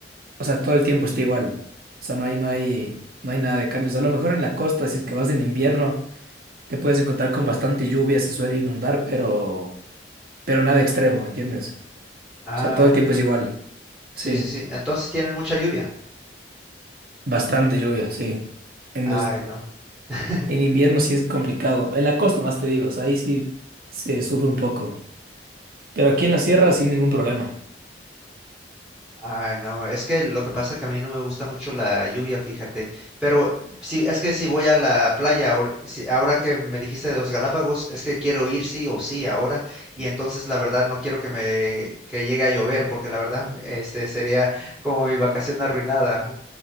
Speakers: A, on the right (about 55°); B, in the centre.
A: o sea, todo el tiempo está igual. O sea, no hay, no hay, no hay nada de cambios. A lo mejor en la costa, si es que vas en invierno, te puedes encontrar con bastante lluvia, se suele inundar, pero, pero nada extremo, ¿me entiendes?
B: Ah,
A: O sea, todo
B: ok,
A: el tiempo
B: ok.
A: es igual.
B: Sí,
A: Sí,
B: sí, sí. Entonces tienen mucha lluvia.
A: bastante lluvia, sí. En,
B: Ay,
A: los-
B: no. <laughs>
A: en invierno sí es complicado. En la costa más te digo, o sea, ahí sí se sufre un poco. Pero aquí en la sierra sin ningún problema.
B: Ay, no, es que lo que pasa que a mí no me gusta mucho la lluvia, fíjate. Pero sí, es que si voy a la playa, ahor- si- ahora que me dijiste de los Galápagos, es que quiero ir sí o sí ahora. Y entonces la verdad no quiero que me que llegue a llover, porque la verdad este sería como mi vacación arruinada.